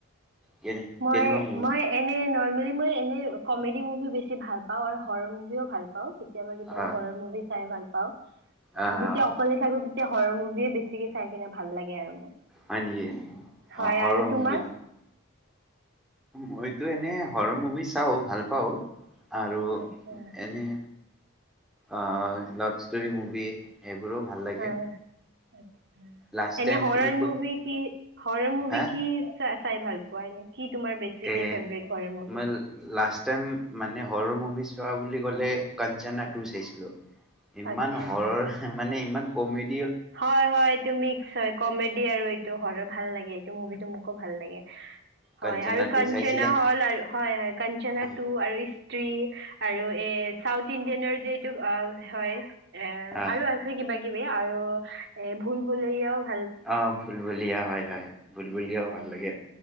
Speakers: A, in the centre; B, on the right.
A: কেনে
B: মই
A: কেনেকুৱা মুভি
B: মই এনে নৰ্মেল মই এনে কমেডি মুভি বেছি ছি ভাল পাওঁ আৰু হৰৰ মুভিও ভাল পাও কেতিয়াবা কেতিয়াবা
A: আহ
B: হৰৰ মুভি চাই ভাল ও উম
A: আহ
B: যেতিয়া অকলে থাকোঁ তেতিয়া। হৰৰ মুভিয়ে বেছিকে চাই কিনে ভাল লাগে আৰু মোক।
A: হয় নিকি
B: হয়
A: অ হৰৰ
B: আৰু তোমাৰ
A: মুভি মইতো এনে হৰৰ মুভি চাও ভাল পাওঁ আৰু
B: আচ্ছা
A: এনে অ লাভছ ষ্টৰি মুভি এইবোৰো ভাল লাগে
B: হয় আচ্ছা
A: লাষ্ট
B: এনে
A: টাইম
B: হৰৰ
A: তুমি কোন।
B: মুভি কি হৰৰ মুভি
A: হা
B: কি। চ-চাই ভাল পোৱা এনে কি তোমাৰ বেছিকে
A: এ
B: ফেভৰেট হৰৰ মুভি।
A: মই লাষ্ট টাইম মানে হৰৰ মুভি চোৱা বুলি ক'লে কাঞ্চনা টু চাইছিলোঁ। ইমান
B: আচ্ছা
A: হৰৰ মানে ইমান -। কমেডী
B: হয় হয় তুমি কমেডী ডি আৰু এইটো হৰৰ ভাল লাগে এইটো মুভি। টো মোকো ভাল লাগে
A: কাঞ্চনা
B: হয় আৰু
A: টু
B: কাঞ্চনা
A: চাইছিলা?
B: হ'ল আ হয় হয় কাঞ্চনা
A: আহ
B: টু আৰু স্ত্ৰী। আৰু এ চাউথ ইণ্ডিয়ানৰ যে এইটো অ হয় এ
A: আহ
B: আৰু আছে কিবা। কিবি আৰু। এ ভুল ভুলেয়া।
A: অ ভুল ভুলিয়া হয় হয়।। ভুলভুলিয়াও
B: হয়
A: ভাল লাগে।